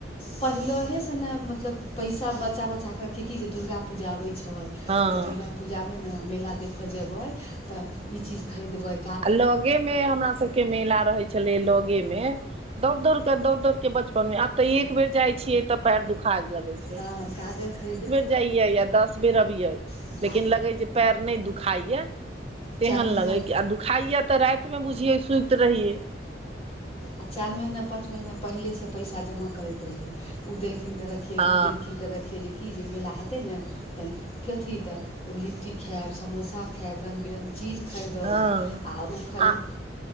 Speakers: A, on the left (about 35°); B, on the right (about 35°).
A: पहिलहे से ने मतलब पैसा बचा - बचा क कि की जे दुर्गा पूजा अबै छइ।
B: हँ
A: त दुर्गा पूजा मे ने मेला देखऽ जेबई तऽ ई चीज खरीदबइ।
B: आ लगे मे हमरा सबके मेला रहै छलैय लगे मे दौड़ -दौड़ के दौड़ -दौड़ के बचपन मे आब त एक बेर जाय छियै त पैर दुखा लगै छै।
A: हँ काजल खरीद
B: जाइयइ आ दस बेर अबियइ
A: आ
B: लेकिन लगै जे पेएर नै दुखाइ ये तेहन
A: चारि महीना
B: लगै कि आ दुखाइयए तऽ रातिमे बुझियै सुति रहियै।
A: आ चारि महिना पाँच महीना पहिलेसँ पैसा जमा करैत रहिए उ देलखिन तऽ र रखे
B: हँ
A: ओ देलखिन तऽ रखे जे की जे मेला हेतै ने तऽ कथी तऽ लिट्टी खायएब समोसा खायब रङ्ग बिरङ्गके चीज खरीदब
B: हँ
A: आओ ओ खरीद
B: आ